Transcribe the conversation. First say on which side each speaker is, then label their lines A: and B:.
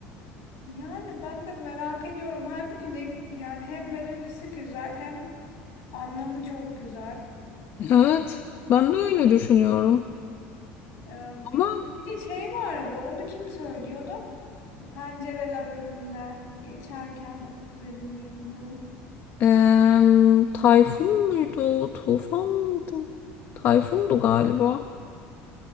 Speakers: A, on the left; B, on the left.
A: Yani ben de merak ediyorum. Halbuki ne yani hem melodisi güzel hem Anlamı çok güzel.
B: Evet ben de öyle düşünüyorum.
A: Ee, bir,
B: Ama
A: bir de şey vardı, onu kim söylüyordu? Pencereler önünde geçerken o güzelim yıllarım.
B: Em, Tayfun muydu? Tufan mıydı? Tayfundu galiba.